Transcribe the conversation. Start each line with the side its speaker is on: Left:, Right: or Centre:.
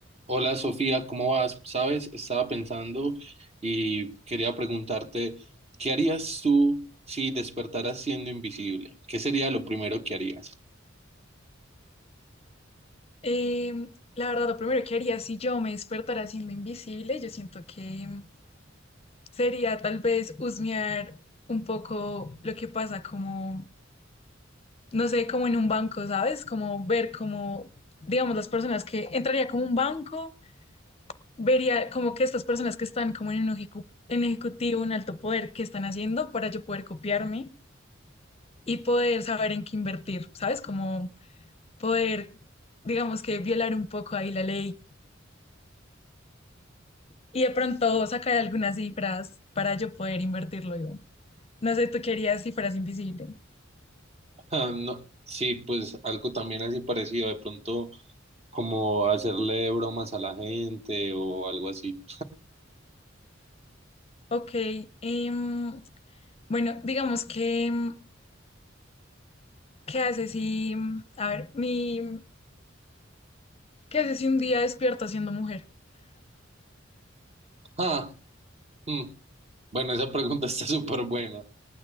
Right: Hola Sofía, ¿cómo vas? Sabes, estaba pensando y quería preguntarte, ¿qué harías tú si despertaras siendo invisible? ¿Qué sería lo primero que harías?
Left: Em, la verdad, lo primero que haría si yo me despertara siendo invisible, yo siento que em, sería tal vez husmear un poco lo que pasa, como, no sé, como en un banco, ¿sabes? Como ver como, digamos, las personas que entraría como un banco, vería como que estas personas que están como en un ejecu- en ejecutivo, en alto poder, qué están haciendo para yo poder copiarme y poder saber en qué invertir, ¿sabes? Como poder, digamos que violar un poco ahí la ley y de pronto sacar algunas cifras para yo poder invertirlo yo. No sé, tú querías cifras invisibles.
Right: Ah, no, sí, pues algo también así parecido, de pronto como hacerle bromas a la gente o algo así.
Left: Ok, em, bueno, digamos que, em, ¿qué haces si, a ver, mi, ¿qué haces si un día despierto siendo mujer?
Right: Ah, mm, bueno, esa pregunta <laughs> está súper buena.